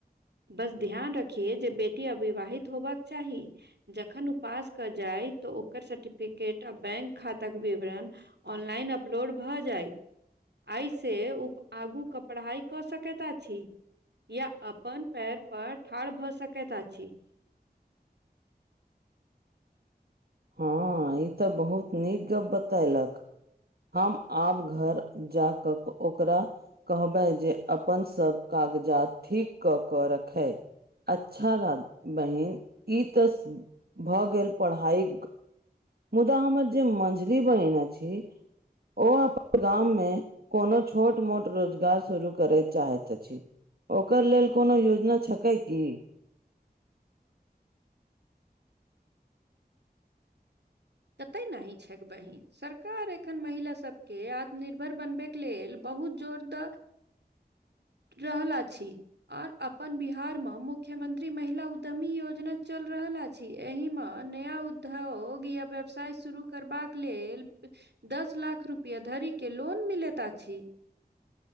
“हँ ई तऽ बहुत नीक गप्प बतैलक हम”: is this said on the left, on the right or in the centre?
Right